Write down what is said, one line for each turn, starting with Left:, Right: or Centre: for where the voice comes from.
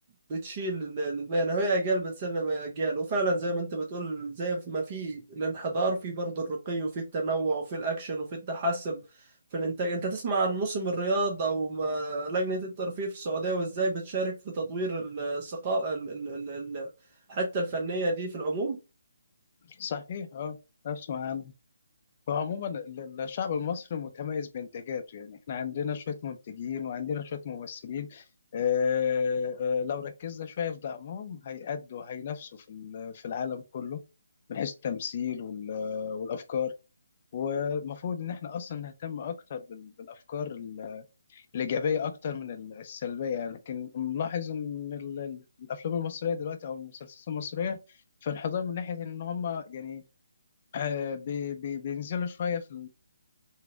Right: بتشيل ال- المهنة وهي أجيال بتسلم أجيال وفعلا زي ما أنت بتقول زي ما في الانحدار في برضه الرقي وفي التنوع وفي الأكشن وفي التحسن في الإنتاج أنت تسمع عن موسم الرياض أو ما- لجنة الترفيه في السعودية وإزاي بتشارك في تطوير ال- الثقافة ال- ال- ال- ال- الحتة الفنية دي في العموم
Left: صحيح اه اسمع فعموما ال- الشعب المصري متميز بإنتاجاته يعني احنا عندنا شوية منتجين وعندنا شوية ممثلين اه اه لو ركزنا شوية في دعمهم هيأدوا هينافسوا في ال- في العالم كله من حيث التمثيل وال- والأفكار والمفروض إن احنا أصلا نهتم أكتر بال- بالأفكار ال- الإيجابية أكتر من ال- السلبية يعني لكن ملاحظ إن ال- ال- الأفلام المصرية دلوقتي أو المسلسلات المصرية في انحدار من ناحية إن هم يعني آه، بي- بي- بينزلوا شوية في